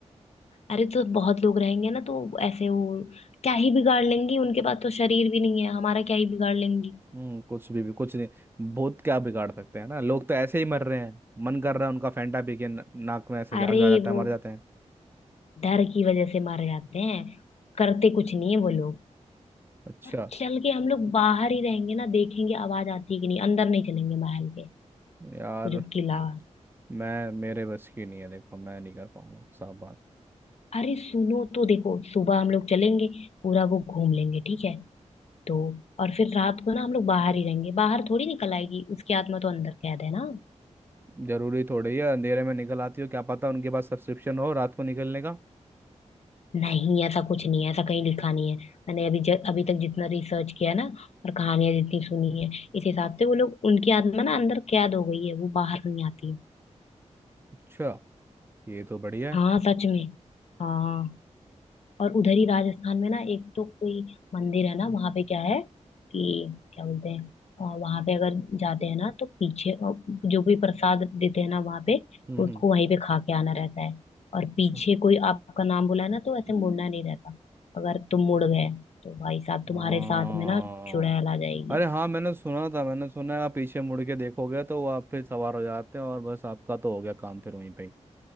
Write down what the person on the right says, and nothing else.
हम्म कुछ भी, भी कुछ नहीं बहुत क्या बिगाड़ सकते हैं ना लोग तो ऐसे ही मर रहे हैं मन कर रहा है उनका फैंटा पी के न- नाक में ऐसे झाग
जा जाता
है मर जाते हैं
अच्छा
यार
मैं मेरे बस की नहीं है देखो मैं नहीं कर पाऊंगा साफ बात
जरूरी थोड़ी है अंधेरे में निकल आती हो क्या पता उनके पास सब्सक्रिप्शन हो रात को निकलने का
अच्छा ये तो बढ़िया है
हम्म
हम्म
अच्छा
मैं
हाँ
अरे हाँ मैंने सुना था मैंने सुना है आप पीछे मुड़ के देखोगे तो वो आप फिर सवार हो जाते हैं और बस आपका तो हो गया काम फिर वहीं पे ही